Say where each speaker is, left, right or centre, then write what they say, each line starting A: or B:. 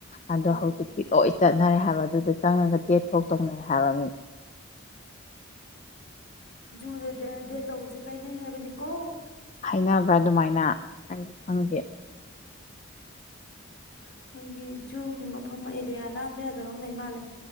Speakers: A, on the left (about 30°); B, on the left (about 55°).
A: ꯑꯗꯣ
B: ꯑꯥ
A: ꯍꯧꯖꯤꯛꯇꯤ ꯂꯣꯏ ꯆꯠꯅꯔꯦ ꯍꯥꯏꯕ ꯑꯗꯨꯗ ꯆꯪꯉꯒ ꯗꯦꯠ ꯐꯥꯎ ꯇꯧꯅꯩ ꯍꯥꯏꯕ ꯃꯤ
B: ꯖꯨꯗ ꯗꯦ ꯇꯧꯕꯁꯦ ꯀꯥꯏꯅꯩ ꯍꯥꯏꯕꯅꯤꯀꯣ
A: ꯍꯥꯏꯅꯕ꯭ꯔꯥ ꯑꯗꯨꯃꯥꯏꯅ ꯑꯩꯗꯤ ꯈꯪꯗꯦ
B: ꯑꯩꯈꯣꯏꯒꯤ ꯖꯨꯒꯤ ꯃꯐꯝ ꯑꯦꯔꯤꯌꯥ ꯂꯥꯟꯕ ꯌꯥꯗꯕ ꯑꯃ ꯂꯩ ꯃꯥꯜꯂꯦ